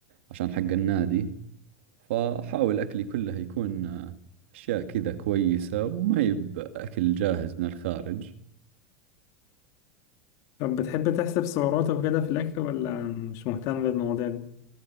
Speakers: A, on the right (about 75°); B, on the left (about 55°).
A: عشان حق النادي فحاول اكلي كله يكون آه، اشياء كذا كويسة وما يب اكل جاهز من الخارج
B: طب بتحب تحسب سعراتك وكده في الاكل ولا مش مهتم بالمواضيع دي